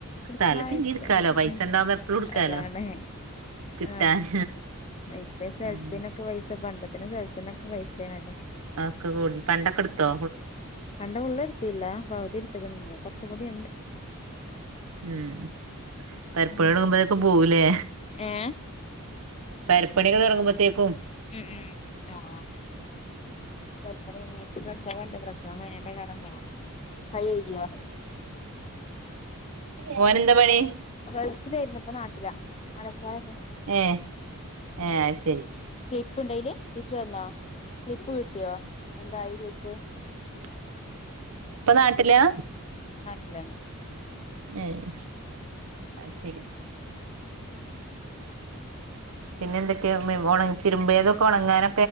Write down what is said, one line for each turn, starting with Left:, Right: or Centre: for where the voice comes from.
Right: സ്ഥലം
Left: ഇട്ക്കായിച്ചിട്ടാ
Right: പിന്നിം ഇട്ക്കാലോ പൈസണ്ടാവുമ്പോ
Left: ഉം
Right: എപ്പളും ഇട്ക്കാലോ
Left: അതാണ്.
Right: കിട്ടാന്
Left: ആ ഇപ്പ സെൽത്തിനൊക്കെ
Right: ആഹ്
Left: പൈസ പണ്ടത്ത്നും സെൽത്ത്നൊ ക്കെ പൈസേണല്ലേ
Right: ആക്കെ കൂടുതൽ പണ്ടൊക്കെ ഇട് ത്തോ
Left: പണ്ടം ഫുള്ള് ഇട്ത്തീല്ലാ പൗതി ഇട് ത്ത്ക്ക്ണ് ന്നി കൊറച്ചും കൂടി ണ്ട്.
Right: ഉം പെര്പ്പണി
Left: ഉം
Right: തൊടങ്ങുമ്പോക്കും പോവൂലേ
Left: ഏഹ്
Right: പെര്പ്പണിയൊക്കെ തൊ ട്ങ്ങുമ്പത്തേക്കും
Left: ഉം ഉം ആ
Right: <inaudible>
Left: പെര്പ്പണി കഴിഞ്ഞിട്ട് പ്രസവണ്ട്. പ്രസവം കഴിഞ്ഞിട്ടേ ക്കാരം പോവാ കൈ കൈകിയോ
Right: മോനെന്താ പണി
Left: ഗൾഫിലായിരുന്നു ഇപ്പൊ നാട്ടിലാ അടച്ചോ അടച്ചോ
Right: ഏ ഏ അയ് ശരി
Left: ക്ലിപ്പ് ഇണ്ടയ്ല് ടീച്ചർ തന്നോ ക്ലിപ്പ് കിട്ടിയോ എന്തായി ക്ലിപ്പ്
Right: <inaudible> ഇപ്പൊ നാട്ടിലാ
Left: ഇല്ലാണ്
Right: ഏഹ് അയ്ശരി പിന്നെ എന്തൊക്കെയാ ഉമ്മയും മോളും തിരുമ്പിയതോക്കെ ഉണങ്ങാന